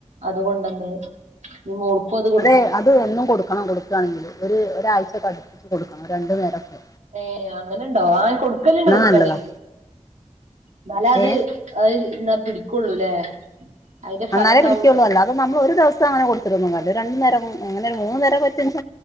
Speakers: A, on the right; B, on the left.
A: അതുകൊണ്ടന്നെ നിമ ഉൾക്കോ <inaudible>
B: അതെ അത് എന്നും കൊടുക്കണം കൊടുക്കുകണെങ്കിൽ ഒരു ഒരാഴ്ചക്കെ അടുപ്പിച്ച് കൊടുക്കണം രണ്ടു നേരക്കെ
A: ഏ അങ്ങനണ്ടോ ആ കൊടുക്കലണ്ട് കൊടുക്കവാണെങ്കില്
B: നല്ലതാ
A: ഇന്നാലെ അത്
B: ഏ
A: അത് ന്നാ പിടി കൊള്ളൂല്ലേ അതിന്റെ ഫലം
B: എന്നാലേ
A: ഉണ്ടാവുള്ളു
B: പിടിക്കുള്ളൂ
A: അറിം
B: അല്ലാതെ നമ്മൾ ഒരു ദിവസം അങ്ങനെ കൊടുത്തിട്ടൊന്നും കാര്യമില്ല രണ്ടു നേരം അങ്ങനെ ഒരു മൂന്ന് നേരം പറ്റുന്ന